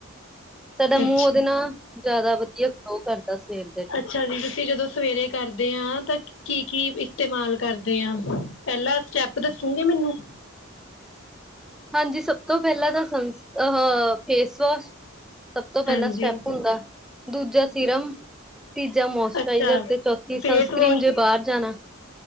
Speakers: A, in the centre; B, on the left (about 60°).
A: ਸਾਡਾ ਮੂੰਹ
B: ਅੱਛਾ
A: ਉਹਦੇ ਨਾਲ ਜ਼ਿਆਦਾ ਵਧੀਆ, ਗਲੋ ਕਰਦਾ। ਦੱਸ ਸਵੇਰ ਦੇ। ਟਾਈਮ।
B: ਅੱਛਾ ਜੀ ਤੁਸੀਂ ਜਦੋਂ ਸਵੇਰੇ ਕਰਦੇ ਐ ਤਾਂ ਕੀ-ਕੀ ਇਸਤੇਮਾਲ ਕਰਦੇ ਆ, ਪਹਿਲਾਂ ਸਟੈਪ ਦੱਸੂਗੇ ਮੈਨੂੰ।
A: ਹਾਂਜੀ ਸਭ ਤੋਂ ਪਹਿਲਾਂ ਤਾਂ ਅ ਫੇਸ ਵਾਸ਼ ਸਭ ਤੋਂ ਪਹਿਲਾ
B: ਹਾਂਜੀ
A: ਸਟੈਪ ਹੁੰਦਾ, ਦੂਜਾ ਸੀਰਮ ਤੀਜਾ ਮੋਸਚਰਾਈਜ਼ਰ
B: ਅੱਛਾ
A: ਤੇ ਚੌਥੀ
B: ਫੇਸ
A: ਸਨਸਕ੍ਰੀਮ
B: ਵਾਸ਼
A: ਜੇ ਬਾਹਰ ਜਾਣਾ,